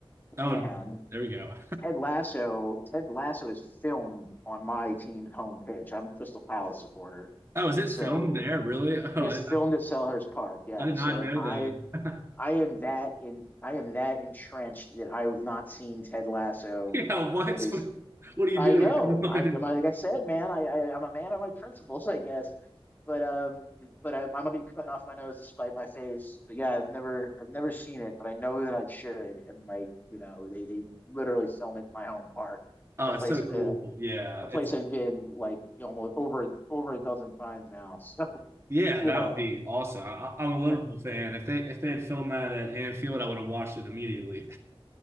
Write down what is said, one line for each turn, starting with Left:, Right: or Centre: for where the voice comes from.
Right: Oh,
Left: And
Right: there we go.
Left: Ted Lasso, Ted Lasso is filmed on my team's home pitch. I'm a Crystal Palace supporter.
Right: Oh, is it
Left: So
Right: filmed there? Really? <laughs> Oh,
Left: it's
Right: I
Left: filmed at Selhurst Park. Yeah.
Right: I did
Left: So
Right: not
Left: like
Right: know
Left: I
Right: that.
Left: I
Right: <laughs>
Left: am that in I am that entrenched that I have not seen Ted Lasso
Right: Yeah, what?
Left: that is
Right: What are you
Left: I
Right: doing?
Left: know.
Right: Come on.
Left: I like I said, man. I, I I'm a man of my principles, <laughs> I guess. But um, but I, I'm gonna be cutting off my nose to spite my face. But yeah, I've never I've never seen it, but I know that I should. And like you know, they they literally film it in my home park,
Right: Oh,
Left: in a
Right: it's
Left: place
Right: so cool.
Left: uh,
Right: Yeah,
Left: a place
Right: it's
Left: I've been like you know, almost over over a dozen times now. <laughs>
Right: yeah,
Left: So
Right: that
Left: you know,
Right: would be awesome. I, I- am a Liverpool
Left: but,
Right: fan. If they if they had filmed that at Anfield, I would have watched it immediately. <laughs>